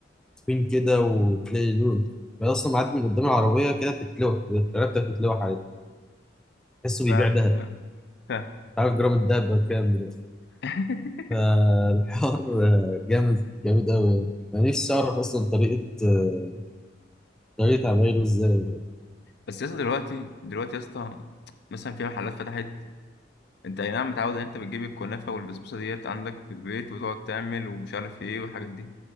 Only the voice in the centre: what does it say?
تخين كده وتلاقي لون أنا أصلا معدي من قدام العربية كده تتلوح العربية بتتلوح عليه تحسه بيبيع
دهب
أنت عارف جرام الدهب بكام دلوقتي
فالحوار <laughs> آه، جامد جامد أوي يعني أنا نفسي أعرف أصلا طريقة آه، طريقة عمايله إزاي